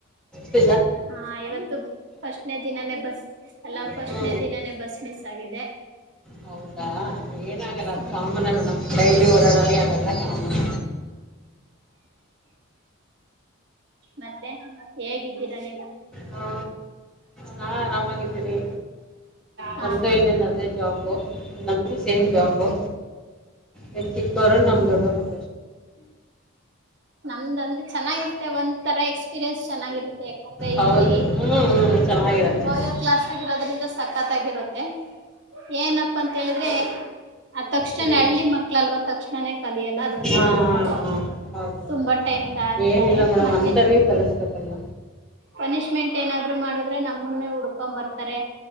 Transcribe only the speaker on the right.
ಹಾ ಇವತ್ತು ಫಸ್ಟ್ನೇ ದಿನನೇ ಬಸ್ ಅಲ್ಲ ಫಸ್ಟ್ನೇ
ದಿನನೇ ಬಸ್ ಮಿಸ್ ಆಗಿದೆ
ಹ್ಮ್
ಮತ್ತೆ ಹೇಗ <inaudible>
ಹಾ
ನಮ್ದ ಅಂದ್ರೆ ಚೆನ್ನಾಗಿತ್ತೆ ಒಂದ್ ತರ ಎಕ್ಸ್ಪೀರಿಯನ್ಸ್ ಚೆನ್ನಾಗಿರುತ್ತೆ - ಅಂದ್ರೆ
ಇಲ್ಲಿ
ಲೋಯರ್ ಕ್ಲಾಸ್ ಆಗಿರೋದ್ರಿಂದ ಸಖತಾಗಿರುತ್ತೆ. ಏನಪ್ಪ ಅಂತ ಹೇಳಿದ್ರೆ. ಅ ತಕ್ಷಣೆ
ಹಳ್ಳಿ ಮಕ್ಳಲ್ವ ತಕ್ಷಣನೇ. <inaudible> ಒಂದೇ
ಬೇಜಾರು
ತುಂಬಾ ಟೈಮ್ ತಗಂತರೇ
ಮತ್ತೆ
ಪನಿಶ್ಮೆಂಟ್ ಏನಾದ್ರು ಮಾಡುದ್ರೆ ನಮ್ಮನ್ನೆ ಹುಡ್ಕೊಂಡ್ ಬರ್ತಾರೆ